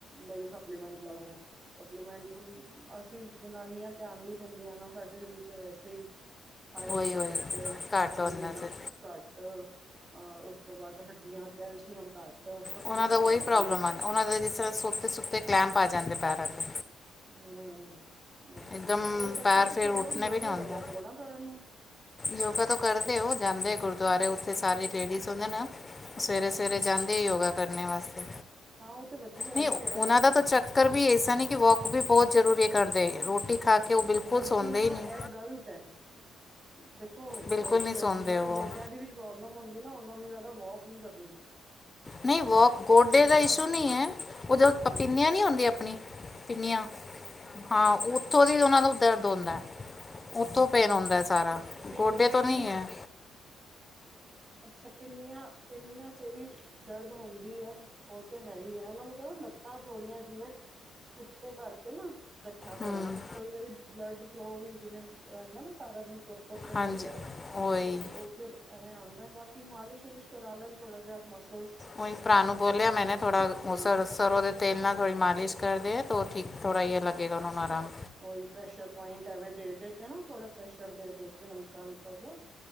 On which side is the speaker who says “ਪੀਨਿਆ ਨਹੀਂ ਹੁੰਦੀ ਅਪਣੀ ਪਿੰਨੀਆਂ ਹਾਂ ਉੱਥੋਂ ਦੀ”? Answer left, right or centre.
Left